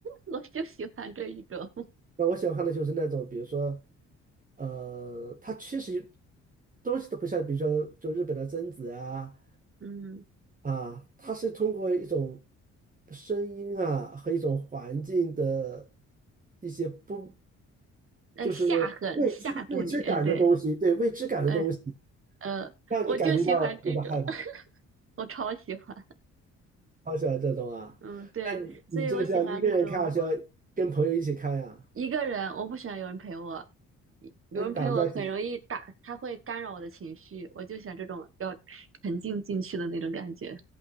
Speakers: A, on the right; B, on the right.
A: 我就喜欢这一种。
B: 那我喜欢看的就是那种，比如说呃，它其实东西都不像，比如说就日本的贞子啊。
A: 嗯，
B: 啊，它是通过一种声音啊和一种环境的一些不，
A: 呃，
B: 就是
A: 吓很吓唬你。
B: 未知未知感的东西，
A: 嗯，对，
B: 对未知感的东西，
A: 嗯呃，
B: 让你感觉到那个害怕。
A: 我就喜欢这种，<laughs> 我超喜欢。
B: 好喜欢这种啊，
A: 嗯，对，
B: 那你你这个是要一个人看，
A: 所以我喜欢那种
B: 还是要跟朋友一起看呀？
A: 一个人，我不喜欢有人陪我，有人陪我很容易打，
B: 那你胆子要挺
A: 他会干扰我的情绪，我就喜欢这种要沉浸进去的那种感觉。